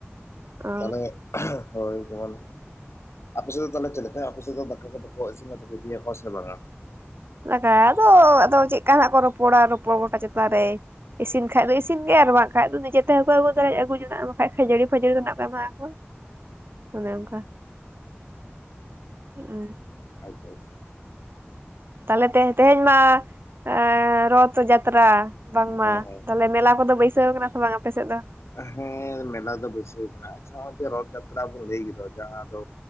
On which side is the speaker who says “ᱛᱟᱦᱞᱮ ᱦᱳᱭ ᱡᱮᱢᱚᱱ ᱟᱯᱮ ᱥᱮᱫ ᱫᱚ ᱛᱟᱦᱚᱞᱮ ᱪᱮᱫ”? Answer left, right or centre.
Left